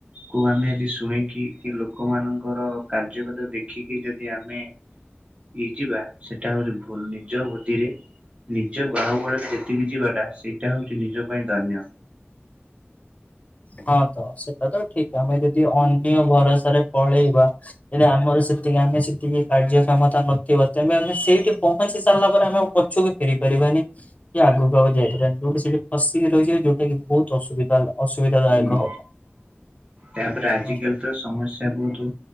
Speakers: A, on the right; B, on the left.
A: କୁ ଆମେ ଯଦି ଶୁଣିକି କି ଲୋକମାନଙ୍କର କାର୍ଯ୍ୟଗତ ଦେଖିକି ଯଦି ଆମେ ହେଇ ଯିବା ସେଟା ହଉଛି ଭୁଲ ନିଜ ବ ରାତିରେ ନିଜ ବାହାବଳରେ ଯେତିକି ଯିବାଟା ସେଇଟା ହେଉଛି, ନିଜ ପାଇଁ ଦନ୍ୟ
B: ହଁ ତ ସେଟା ତ ଠିକ ଆମେ ଯଦି ଅନ୍ୟ ଭରସାରେ ପଳେଇବା ଯଦି ଆମର ସେ ଯେତିକି ଆମେ ସେତିକି କାର୍ଯ୍ୟକ୍ଷମତା ନଥିବ, ତେ ଆମେ ସେଇଠି ପହଞ୍ଚି ସାରିଲା ପରେ ଆମେ ପଛକୁ ଫେରି ପାରିବା ନି, ଆଗକୁ ଯାଇପାରି ଯୋଉା ସେଠି ପିକି ରହିିବ ଯୋଉଟା କି ବହୁ ଅସୁବିଧା ଅସୁବିଧା ଦାୟକ
A: ହୁଁ
B: ହବ।
A: ତାପ ଆଜି
B: ହୁଁ।
A: କାଲି ତ ସମସ୍ୟା ବହୁତ